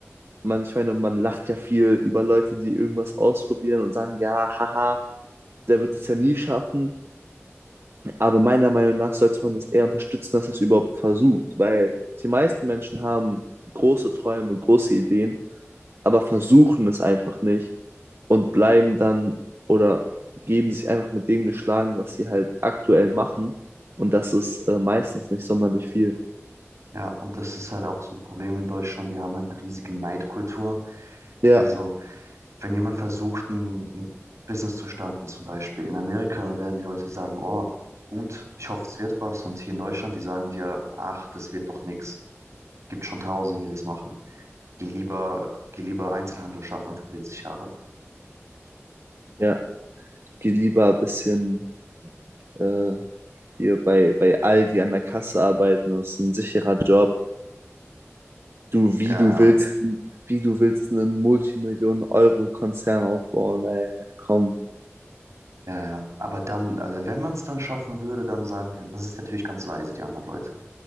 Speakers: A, on the right; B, on the right.
A: man, ich meine, man lacht ja viel über Leute, die irgendwas ausprobieren und sagen, ja, haha, der wird es ja nie schaffen. Aber meiner Meinung nach sollte man das eher unterstützen, als das überhaupt versucht, weil die meisten Menschen haben große Träume, große Ideen, aber versuchen es einfach nicht und bleiben dann oder geben sich einfach mit dem geschlagen, was sie halt aktuell machen. Und das ist äh, meistens nicht sonderlich viel.
B: Ja, und das ist halt auch so ein Problem in Deutschland, wir haben halt eine riesige Neidkultur.
A: Ja,
B: Also, wenn jemand versucht, ein, ein Business zu starten, zum Beispiel in Amerika, da werden die Leute sagen, oh, gut, ich hoffe, es wird was. Und hier in Deutschland, die sagen dir, ach, das wird doch nichts. Gibt schon Tausende, die das machen. Geh lieber, geh lieber Einzelhandel schaffen für 40 Jahre.
A: Ja, geh lieber ein bisschen äh, hier bei, bei Aldi an der Kasse arbeiten, das ist ein sicherer Job. Du, wie
B: Ja,
A: du
B: ja,
A: willst, wie du willst einen Multimillionen-Euro-Konzern aufbauen, ey, komm.
B: ja, ja. Aber dann, also wenn man es dann schaffen würde, dann sagen die, das ist natürlich ganz leise, die anderen Leute.